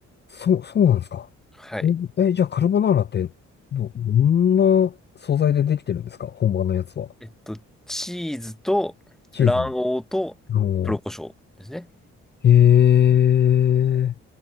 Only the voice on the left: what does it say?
そう、そうなんですか。
え、えじゃあカルボナーラってど、どんな素材でできてるんですか本場のやつは。
チーズ。の、へえ、